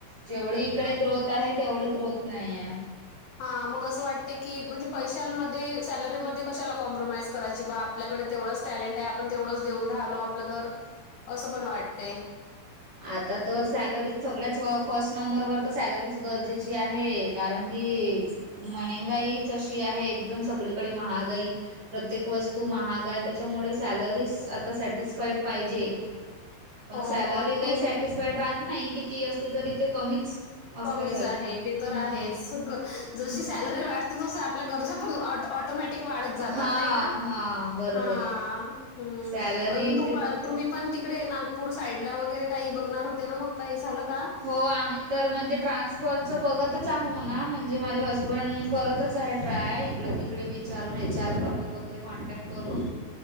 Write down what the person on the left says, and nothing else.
हा मग असं वाटते की, म्हणजे पैशांमध्ये सॅलरीमध्ये कशाला कॉम्प्रोमाइज करायची बा आपल्याकडे तेवढाच टॅलेंट आहे, आपण तेवढंच देऊन राहिलो, आपलं तर असं पण वाटतेय.
हो
आणि
तू
कमीच आहे, ते तर
आहेच, जशी
सॅलरी वाढ जस जश्या आपल्या गरजा पण, ऑटो-ऑटोमॅटिक वाढत जातात
नाही का?
हां.
हम्म
म्हणून तूप-तुम्ही
पण तिकडे नाग पूर साईड ला वगैरे काही बघणार होते ना मग, काही झालं का?